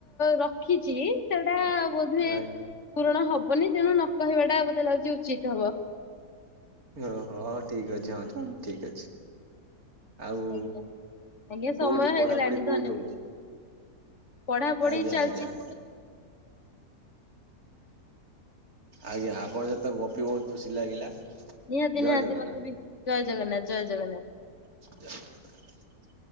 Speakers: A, on the left; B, on the right.
A: ରଖିଛି ସେଟା ବୋଧେ
B: ଆଜ୍ଞା
A: ପୂରଣ ହବ। ହବନି ତେଣୁ ନ କହିବା ଟା ବୋଦେ ଲାଗୁଛି ଉଚିତ୍ ହବ।
B: ଓ ହୋ ହଉ ଠିକ ଅଛି ହଁଲ ଠିକ ଅଛି। ଆଉ
A: ଆଜ୍ଞା ଆଜ୍ଞା ସମୟ
B: କୋଉଠି
A: ହେଇଗଲାଣି
B: ପଢାପଢି କୋଉଠି
A: ଧନ୍ୟ
B: ହଉଛି?
A: ପଢାପଢି
B: ଆଜ୍ଞା,
A: ଚାଲିଛି
B: ଆଜ୍ଞା। ଆଜ୍ଞା ଆପଣଙ୍କ ସହିତ ଗପି ବହୁତ ଖୁସି ଲାଗିଲା।
A: ନିହାତି
B: ଜୟ
A: ନିହାତି
B: ଜଗନ୍ନାଥ
A: ମତେ ବି ଜୟ ଜଗନ୍ନାଥ ଜୟ ଜଗନ୍ନାଥ।
B: ଜୟ ଜଗନ୍ନାଥ।